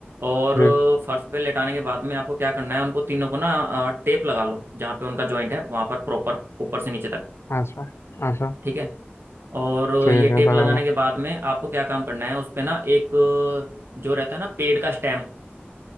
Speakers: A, on the right (about 65°); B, on the left (about 80°).
A: और
B: जी
A: फर्श पे लेटाने के बाद में आपको क्या करना है उनको तीनों को ना टेप लगा लो जहाँ पे उनका जॉइंट है वहां पर प्रॉपर ऊपर से नीचे तक
B: अच्छा अच्छा
A: ठीक है और
B: ठीक
A: ये
B: है
A: टेप
B: लगा
A: लगाने
B: लो
A: के बाद में आपको क्या काम करना है उस पे ना एक जो रहता है ना पेड़ का स्टेम